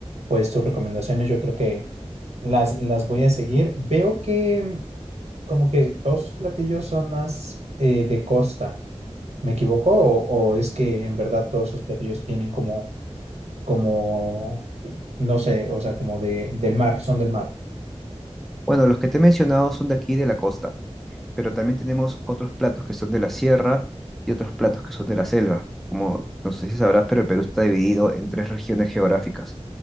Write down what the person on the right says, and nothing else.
pues tus recomendaciones yo creo que las, las voy a seguir. Veo que mm, como que todos sus platillos son más eh, de costa. ¿Me equivoco? ¿O, o es que en verdad todos sus platillos tienen como, como, no sé, o sea, como de, del mar, son del mar?